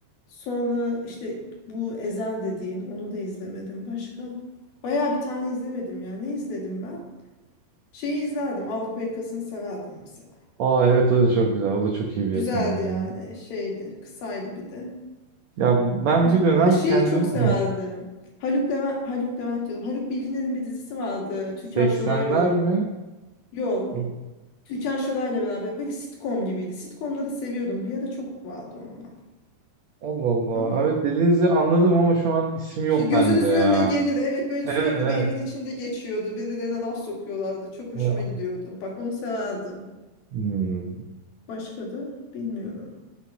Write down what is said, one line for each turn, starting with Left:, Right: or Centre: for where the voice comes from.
Left: sonra işte bu Ezel dediğin onu da izlemedim başka baya bir tane izlemedim ya ne izledim ben Şeyi izlerdim. Avrupa Yakası'nı severdim mesela.
Right: Aa evet o da çok güzel. O da çok iyi bir
Left: Güzeldi
Right: yapımdır ya.
Left: yani. Şeydi. Kısaydı bir de.
Right: Ya ben
Left: Ha,
Right: bir dönem
Left: ha, şeyi
Right: kendim
Left: çok severdim.
Right: Hı.
Left: Haluk Levent, Haluk Levent diyorum. Haluk Bilginer'in bir dizisi vardı. Türkan
Right: 80'ler
Left: Şoray'la oynuyor.
Right: mi?
Left: Yok.
Right: Yok.
Left: Türkan Şoray'la beraber. Böyle sitcom gibiydi. Sitcomları seviyordum. Bir ara çok vardı onlar.
Right: Allah Allah.
Left: Ama
Right: Evet dediğinizi anladım ama şu an isim yok
Left: şey, gözünüzün
Right: bende de ya.
Left: önüne gelir. Evet böyle
Right: Evet
Left: sürekli
Right: evet.
Left: bir evin içinde geçiyordu. Birbirlerine laf sokuyorlardı. Çok hoşuma
Right: Ya.
Left: gidiyordu. Bak onu severdim.
Right: Hmm.
Left: Başka da bilmiyorum.